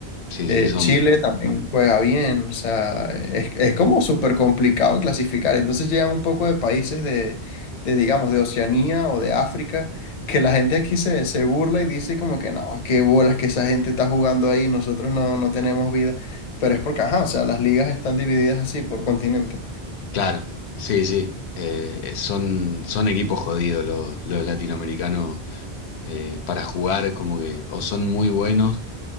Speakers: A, on the left; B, on the left.
A: sí,
B: eh,
A: sí, son...
B: Chile también juega bien, o sea, es, es como súper complicado clasificar. Entonces llegan un poco de países de, de, digamos, de Oceanía o de África, que la gente aquí se, se burla y dice como que no, qué bolas que esa gente está jugando ahí, nosotros no, no tenemos vida. Pero es porque, ajá, o sea, las ligas están divididas así por continente.
A: Claro, sí, sí. Eh, son, son equipos jodidos los, los latinoamericanos eh, para jugar como que o son muy buenos